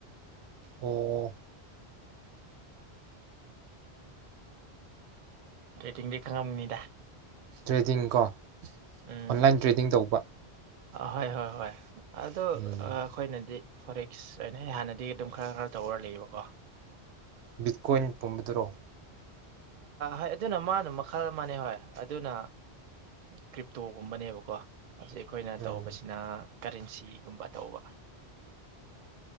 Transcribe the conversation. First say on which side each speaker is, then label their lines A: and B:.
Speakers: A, on the right (about 80°); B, on the right (about 55°).
A: ꯑꯣ
B: ꯀꯩꯇꯤꯡꯗꯤ ꯈꯪꯉꯝꯅꯤꯗ
A: ꯇ꯭ꯔꯦꯗꯤꯡ ꯀꯣ
B: ꯎꯝ
A: ꯑꯣꯟꯂꯥꯏꯟ ꯇ꯭ꯔꯦꯗꯤꯡ ꯇꯧꯕ
B: ꯍꯣꯏ ꯍꯣꯏ ꯍꯣꯏ ꯑꯗꯨ
A: ꯎꯝ
B: ꯑꯩꯈꯣꯏꯅꯗꯤ ꯐꯣꯔꯦꯛꯛꯁ ꯍꯥꯏ ꯑꯣꯏꯅ ꯍꯥꯟꯅꯗꯤ ꯑꯗꯨꯝ ꯈꯔ ꯈꯔ ꯇꯧꯔꯔ ꯂꯩꯌꯦꯕꯀꯣ
A: ꯕꯤꯠꯀꯣꯏꯟ ꯄꯨꯝꯕꯗꯨꯔꯣ
B: ꯍꯣꯏ ꯑꯗꯨꯅ ꯃꯥꯅ ꯃꯈꯜ ꯑꯃꯅꯦ ꯍꯣꯏ ꯑꯗꯨꯅ ꯀ꯭ꯔꯤꯞꯇꯣꯒꯨꯝꯕꯅꯦꯕꯀꯣ ꯍꯧꯖꯤꯛ ꯑꯩꯈꯣꯏꯅ
A: ꯎꯝ
B: ꯇꯧꯕꯁꯤꯅ ꯀꯔꯦꯟꯁꯤꯒꯨꯝꯕ ꯇꯧꯕ